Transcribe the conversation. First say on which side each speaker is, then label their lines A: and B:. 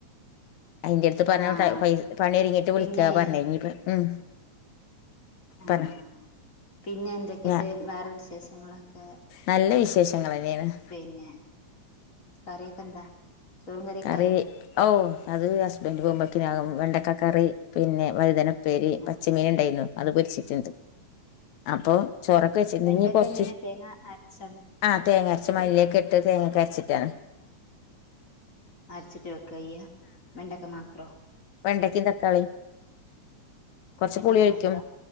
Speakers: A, on the left; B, on the left.
A: അയിന്റെറ അടുത്ത് പറഞ്ഞ
B: ആഹ്
A: പൈ പണിഒരിങ്ങീട്ട്
B: പിന്നെ
A: വിളിക്കാ പറഞ്ഞീനിപ്പ ഉം
B: ഉം
A: പറ
B: ഉം പിന്നെ എന്ത എന്തെക്കെന്നിട്ട്
A: ഞാ-
B: വേറെ വിശേഷങ്ങളൊക്കെ
A: നല്ല വിശേഷങ്ങൾ തന്നെയാണ്
B: പിന്നെ കറിയൊക്കെ എന്താ ചോറും കറിയൊക്കായോ
A: കറി ഓ അത് ഹസ്ബൻഡ് പോകുമ്പോക്കക വെണ്ടക്ക കറി പിന്നെ വഴുതന പേര്
B: ആഹ്
A: പച്ചമീനണ്ടായിരുന്നു അത് പൊരിച്ചിട്ടുണ്ട് അപ്പൊ ചോറക്കെ വെച്ചിണ്ട്
B: വെണ്ടക്ക
A: ഇനി കൊറച്ച്
B: എങ്ങനെ തേങ്ങ അരച്ച
A: ആ തേങ്ങരച്ച്
B: ആണോ വെക്ക
A: മല്ലിക്കെ ഇ ട്ട് തേങ്ങക്കെ അരച്ചിട്ടാണ്
B: അരച്ചിട്ട് വെക്കായ്യ വെണ്ടക്ക മാത്രോ
A: വെണ്ടക്കീം തക്കാളീം കൊറച്ച്
B: വെണ്ടക്ക
A: പുളി ഒഴിക്കും
B: മാത്ര